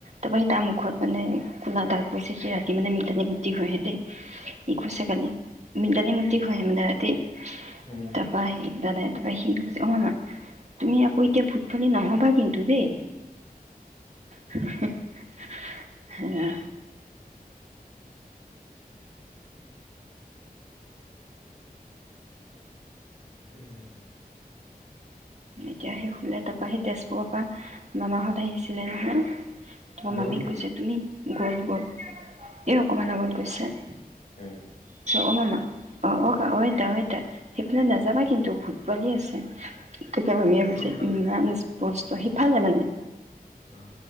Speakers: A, on the right (about 45°); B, on the left (about 45°).
A: তাপা সি তা মুখত মানে কোলা দাগ পইছে সি ৰাতি মানে মিলতানী <unintelligible>
B: উম, উম,
A: দাদাই তাপা সি কৈছে অ' মা তুমি আকৌ এতিয়া ভূত পোৱালী নহ'বা কিন্তু দেই, হুহ <inaudible> হেয়া।
B: <inaudible> উম।
A: এতিয়া সি শুলে ত তাপা সেই তেজপুৰ পা মামাহঁত আহিছিলে নহয়। তোমা
B: গ'ল
A: মামীক
B: নি?
A: কৈছে তুমি গ'ল, গ'ল। <inaudible> এ অকমান আগত। পৈছে
B: উমম।
A: অ' মামা, অ'অকা অ' আইতা- অ'আইতা, সেইফালে নেযাবা কিন্তু ভূত পোৱালি আছে। তাকে ভাবিয়ে
B: চোন
A: <unintelligible>
B: খালে।
A: ইমান স্পষ্ট ত' সিফালে মানে?
B: অ'।